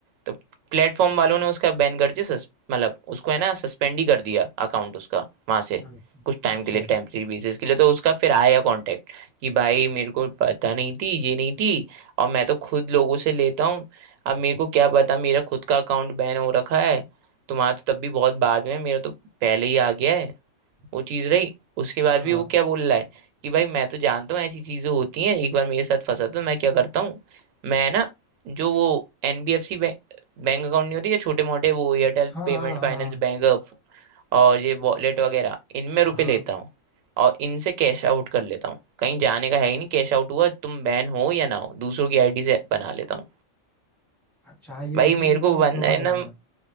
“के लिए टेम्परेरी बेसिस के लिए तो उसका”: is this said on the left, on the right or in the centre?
Right